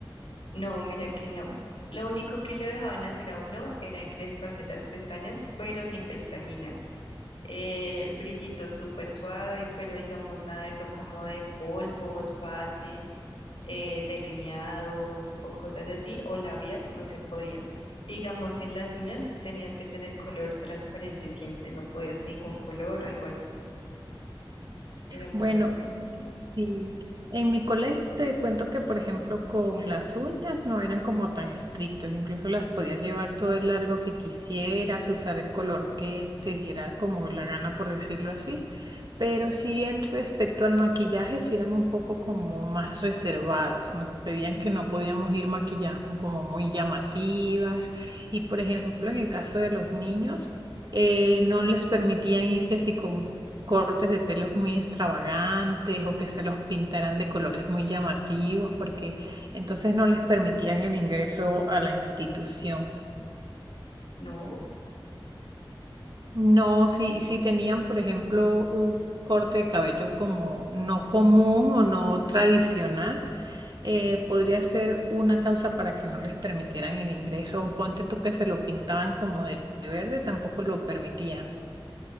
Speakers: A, on the left; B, on the right.
A: No, mira que no. Lo único que lo dejaban hacer a uno era encresparse las pestañas, pero sin pestañina. eh, brillito súper suave, pero digamos nada de eso como de polvos, base, eh, delineados o cosas así, o labial, no se podía. Digamos, en las uñas tenías que tener color transparente siempre, no podías ningún color o algo así. Era muy
B: Bueno.
A: exigente.
B: Sí, en mi colegio te cuento que, por ejemplo, con las uñas no eran como tan estrictos, incluso las podías llevar todo el largo que quisieras, usar el color que te diera como la gana, por decirlo así, pero sí en respecto al maquillaje, sí eran un poco como más reservados, nos pedían que no podíamos ir maquilladas como muy llamativas y, por ejemplo, en el caso de los niños eh, no les permitían ir que si con cortes de pelos muy extravagantes o que se los pintaran de colores muy llamativos, porque entonces no les permitían el ingreso a la institución.
A: No,
B: No, si, si tenían, por ejemplo, un corte de cabello como no común o no tradicional, eh, podría ser una causa para que no les permitieran el ingreso. O Ponte tú que se lo pintaban como de verde, tampoco lo permitían.